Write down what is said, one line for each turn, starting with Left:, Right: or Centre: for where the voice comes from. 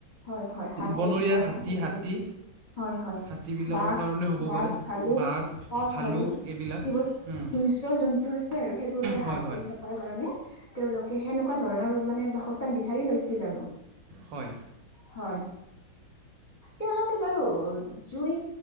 Left: হয়। হয়। হাত সাৰি
Right: বনৰীয়া
Left: থকাৰ কাৰণে
Right: হাতী
Left: ভাবিছিল।
Right: হাতী
Left: হয়। হয়।
Right: হাতীবিলাকৰ
Left: বাঘ
Right: কাৰণে হ'ব
Left: বাঘ,
Right: পাৰে
Left: ভালুক,
Right: বাঘ
Left: বাঘ, ভালুক
Right: এইবিলাক
Left: যিবোৰ
Right: উম,
Left: হিংস্ৰ জন্তু আছে, আৰু সেইবোৰৰ পৰা হাত
Right: হয় হয়
Left: সাৰি কাৰণে তেওঁলোকে সেনেকুৱা ধৰণৰ মানে বাসস্থান বিচাৰি লৈছিল আৰু
Right: হয়।
Left: হয়। তেওঁলোকে বাৰু জুই